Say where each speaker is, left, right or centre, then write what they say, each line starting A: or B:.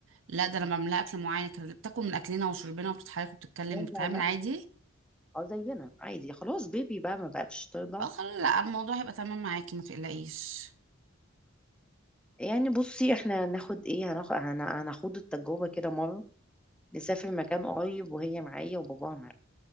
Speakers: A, on the right; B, in the centre.
A: لا ده أنا بعملها أكل معين كده بتاكل من أكلنا وشربنا وبتتحرك وبتتكلم
B: لا
A: وبتتعامل
B: لا لا
A: عادي
B: اه زينا عادي خلاص بيبي بقى ما بقتش ترضع
A: اه خلاص لا الموضوع هيبقى تمام معاكي ما تقلقيش
B: يعني بصي احنا هناخد ايه هناخد هناخد التجربة كده مرة نسافر مكان قريب وهي معايا وباباها معايا